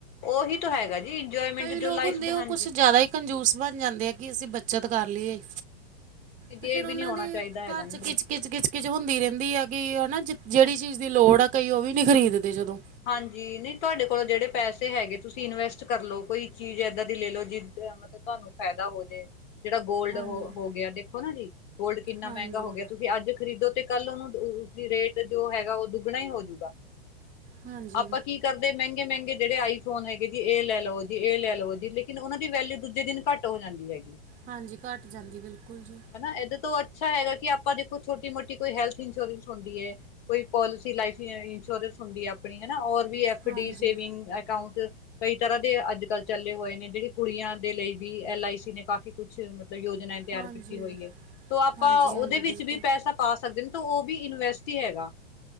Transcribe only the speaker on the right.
ਕਈ ਲੋਕ
ਹੁੰਦੇ
ਉਹ ਕੁਛ ਜ਼ਿਆਦਾ ਹੀ ਕੰਜੂਸ ਬਣ ਜਾਂਦੇ ਆ। ਕਿ ਅਸੀਂ ਬੱਚਤ ਕਰ ਲਈਏ।
ਤੇ ਫਿਰ
ਉਹਨਾਂ
ਦੇ
ਘਰ
ਚ ਕਿੱਚ
-ਕਿੱਚ ਕਿਚ ਕਿੱਚ -ਕਿੱਚ ਹੁੰਦੀ ਰਹਿੰਦੀ ਆ ਕਿ ਹਨਾ ਜਿਹੜੀ ਚੀਜ਼ ਦੀ ਲੋੜ ਆ ਕਈ ਉਹ ਵੀ ਨੀ ਖਰੀਦ ਦੇ ਜਦੋਂ।
ਹਾਂਜੀ
ਹਾਂਜੀ।
ਹਾਂਜੀ
ਹਾਂਜੀ ਘੱਟ ਜਾਂਦੀ ਬਿਲਕੁਲ ਜੀ।
ਹਾਂਜੀ
ਹਾਂਜੀ
ਹਾਂਜੀ
ਹਾਂਜੀ
ਬਿਲਕੁਲ